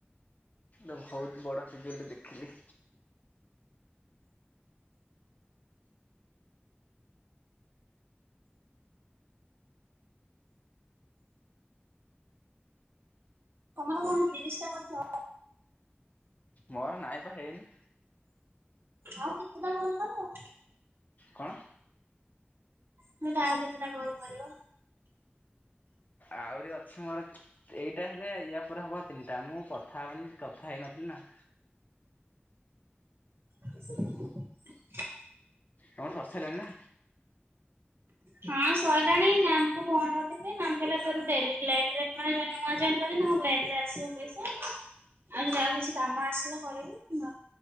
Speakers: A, on the left; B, on the right.
A: ବହୁତ ବଡ ପିଜୁଳି ଟେ ଦେଖିଲି।
B: ତମର କଣ ତିରିଶ ଟା ଗଛ
A: ମର ନାଇବା ହେଇନି।
B: ଆଉ କେତେ ଟା ଫୋନ୍ କରିବ।
A: କଣ?
B: ତମେ ତ ଆଉ କେତଟା କଲ୍ କରିବ।
A: ଆହୁରି ଅଛି ମୋର ଏଇଟା ହେଲେ ୟା ପରେ ହେବ ତିନିଟା ମୁଁ କଥା ହେବନି କଥା ହେଇନଥିଲି ନା।
B: <unintelligible>
A: ତମର ସରିସଆଲାନି ନା।
B: ହଁ ଶହିଲାଣି ମ୍ୟାମ କୁ ଫୋନ୍ କରିଥିଲି ମାମ କହିଲେ ତୋର ଲଟେ ନୂଆ ଜୟ କରିଛନ୍ତି ତା ଆସିବ ପଇସା ଆଉ ଯଦି ଆଉ କିଛି କାମ ଆସିଲା କରିବୁ।